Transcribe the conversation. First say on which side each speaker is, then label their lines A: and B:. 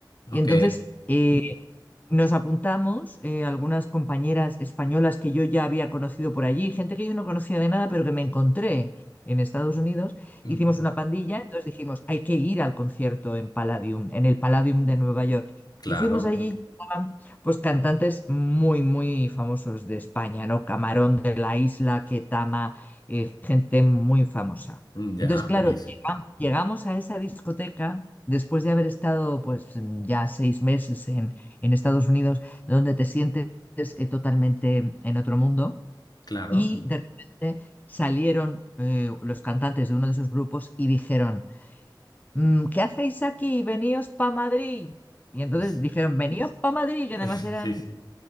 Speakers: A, on the left (about 20°); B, on the left (about 55°).
A: Y
B: Ok,
A: entonces eh, nos apuntamos, eh, algunas compañeras españolas que yo ya había conocido por allí, gente que yo no conocía de nada, pero que me encontré en Estados Unidos.
B: ujú,
A: Hicimos una pandilla, entonces dijimos, hay que ir al concierto en Palladium, en el Palladium de Nueva York.
B: Claro.
A: Y fuimos allí y estaban pues cantantes muy, muy famosos de España, ¿no? Camarón de la Isla, Ketama, eh, gente muy famosa.
B: Ya,
A: Entonces, claro,
B: buenísimo.
A: llega- llegamos a esa discoteca después de haber estado pues ya seis meses en en Estados Unidos, donde te sientes eh, totalmente en otro mundo.
B: Claro.
A: Y de repente salieron eh, los cantantes de uno de esos grupos y dijeron, "Mm, ¿qué hacéis aquí? Veníos pa' Madrid. Y entonces
B: Es-
A: dijeron, veníos pa' Madrid, que
B: <laughs>
A: además eran
B: Jeje.